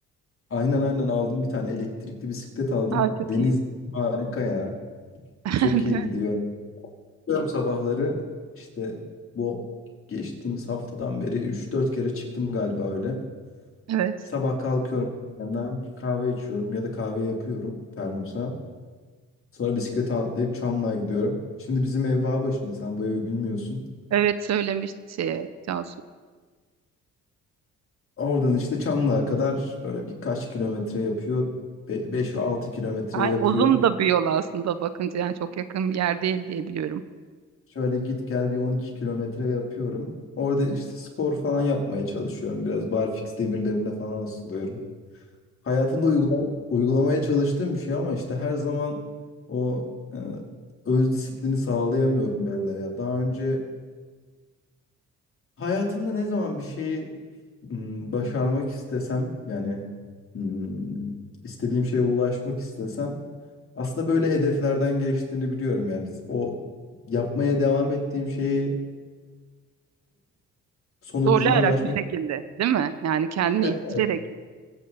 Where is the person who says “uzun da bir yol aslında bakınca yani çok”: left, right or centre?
Right